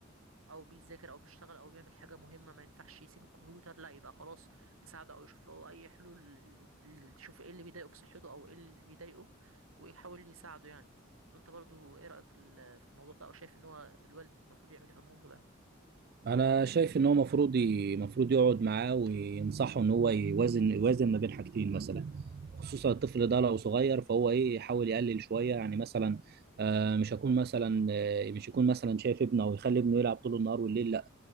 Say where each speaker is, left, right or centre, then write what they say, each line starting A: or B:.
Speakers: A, on the right (about 80°); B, on the right (about 45°).
A: او بيذاكر او بيشتغل او بيعمل حاجه مهمه ما ينفعش يسيب الكمبيوتر لا يبقى خلاص يساعده او يشوف له اي حلول ل- ل- يشوف ايه اللي بيضايقه في صحته او ايه اللي بيضايقه ويحاول يساعده يعني انت برضو ايه رايك في ال- في الموضوع ده او شايف ان هو الوالد المفروض يعمل ايه في الموضوع ده
B: انا شايف ان هو مفروض ي- مفروض يقعد معاه وينصحه ان هو يوازن يوازن ما بين حاجتين مثلا خصوصا الطفل ده لو صغير فهو ايه يحاول يقلل شويه يعني مثلا آه، مش هكون مثلا آه، مش يكون مثلا شايف ابنه او يخلي ابنه يلعب طول النهار والليل لا